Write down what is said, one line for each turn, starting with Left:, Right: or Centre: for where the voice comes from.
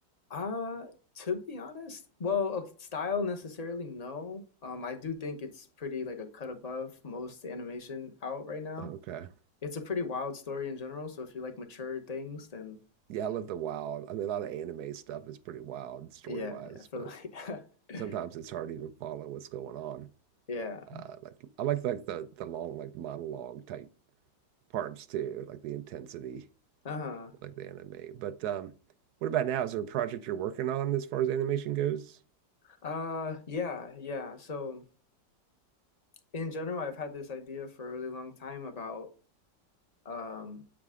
Left: Uh, to be honest, well, okay, style necessarily, no. Um, I do think it's pretty like a cut above most animation out right now.
Right: Okay,
Left: It's a pretty wild story in general, so if you like mature things, then
Right: yeah, I love the wild. I mean, a lot of anime stuff is pretty wild story
Left: yeah,
Right: wise,
Left: yeah, for
Right: but
Left: the <laughs>
Right: sometimes it's hard to even follow what's going on.
Left: yeah.
Right: Uh, like I like like the the long like monologue type parts too, like the intensity,
Left: Uh-huh.
Right: like the anime. But um, what about now? Is there a project you're working on as far as animation goes?
Left: Uh, yeah, yeah. So in general, I've had this idea for a really long time about um